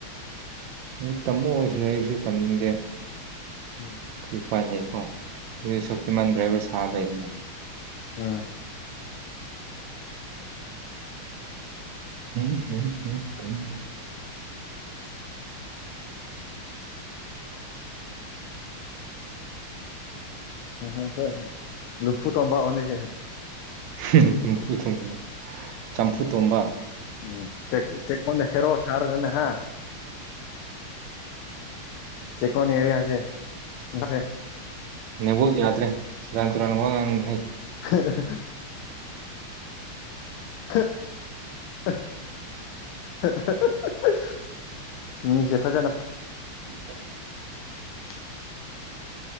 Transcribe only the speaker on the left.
ꯎꯝ
ꯑꯥ
ꯍ ꯍꯣ ꯍꯣꯏ ꯂꯨꯝꯐꯨ ꯇꯣꯝꯕꯥꯑꯣꯅꯤꯁꯦ
ꯎꯝ ꯆꯠ ꯆꯠꯃꯅ ꯍꯦꯔꯣ ꯁꯥꯔꯒꯅꯦ ꯍꯥ ꯆꯦꯛꯀꯣꯟ ꯑꯦꯔꯤꯌꯥꯁꯦ ꯁꯤꯁꯦ
ꯍꯥ ꯍꯥ ꯑ <unintelligible> ꯍꯥ ꯍꯥ ꯍꯥ ꯃꯤꯁꯤ ꯐꯖꯅ
<inaudible>